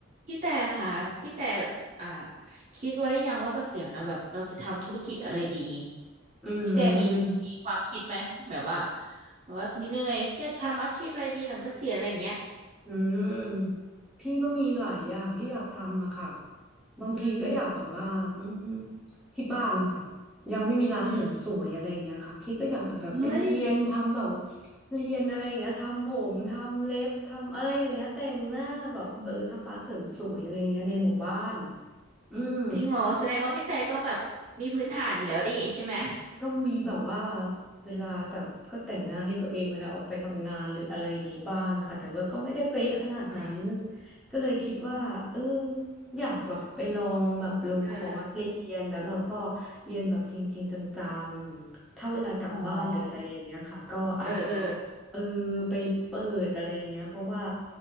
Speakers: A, on the right (about 35°); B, in the centre.
A: พี่แต่ค่ะพี่แต่อ่าคิดไว่าได้ยังว่าเกษียณแล้วแบบเราจะทำธุรกิจอะไรดี
B: อืม
A: พี่แต่มีแผนมีความคิดไหมแบบว่าแบบว่าเหนื่อยฉันจะทำอาชีพอะไรดีหลังเกษียณอะไรอย่างเงี้ย
B: อืมพี่ก็มีหลายอย่างที่อยากทำอะค่ะบางทีก็อยากแบบว่าอืม
A: อืม
B: ที่บ้านนะคะยังไม่มีร้านเสริมสวยอะไรอย่างเงี้ยค่ะพี่ก็อยากจะแบบไปเรียนทำแบบ
A: อืมเฮ้ย
B: เรียนอะไรอย่างเงี้ยทำผมทำเล็บทำอะไรอย่างเงี้ยแต่งหน้าแบบเออทำร้านเสริมสวยอะไรอย่างเงี้ยในหมู่บ้าน
A: อืม
B: อืม
A: จริงเหรอแสดงว่าพี่แต่ก็แบบมีพื้นฐานอยู่แล้วดิใช่ไหม
B: ก็มีแบบว่าเวลาแต่ก็แต่งหน้าให้ตัวเองเวลาออกไปทำงานหรืออะไรอย่างนี้บ้างค่ะแต่ว่าก็ไม่ได้เป๊ะขนาดนั้น
A: เอ้ย
B: ก็เลยคิดว่าเอออยากแบบไปลองแบบลงคอร์สเรียนแล้วเราก็
A: เออ
B: เรียนแบบจริงๆจังๆถ้าเวลากลับบ้านหรืออะไรอย่างเงี้ยค่ะก็อาจจะแบบเออ
A: อ๋อเออเออ
B: ไปเปิดอะไรอย่างเงี้ยเพราะว่า